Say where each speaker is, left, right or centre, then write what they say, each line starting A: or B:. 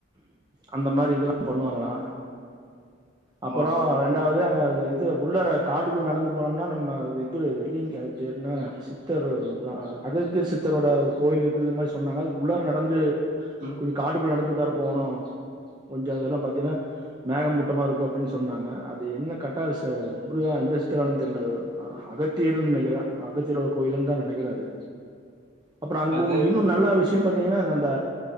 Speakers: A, on the right (about 20°); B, on the right (about 45°).
A: அந்த மாரி இதெல்லா பண்ணுவாங்களா
B: ஆமா
A: அப்பறோ
B: ப்ரோ
A: ரெண்டாவது அது இது உள்ளார காட்டுகுள்ள நடந்து போனம்னா நம்ம <unintelligible> வெள்ளிங்கு பேரு என்ன சித்தரு ஒரு அ அ அகத்தியர் சித்தரோட ஒரு கோயில்ருக்குதுன் மாரி சொன்னாங்க அதுக் உள்ளார நடந்து
B: ம்
A: கொஞ்ச காட்டுக்குள்ள நடந் து உள்ளார போனு கொஞ்சோ அதெல்லா பாத்தினா மேக மூட்டமா இருக்கு அப்டின் சொன்னாங்க அது என்ன கட்டாஸ்ஸு <unintelligible> இந்த சித்தரான்னு தெர்ல அ அ அகத்தியருன் நெனைக்கறே அகத்தியரோ கோயிலுன்தா நெனைக்கறே அது அப்றோ அங்க
B: அது
A: ஒர் இன்னு நல்லா விஷ்யோ பா த்தீங்னா அது அந்த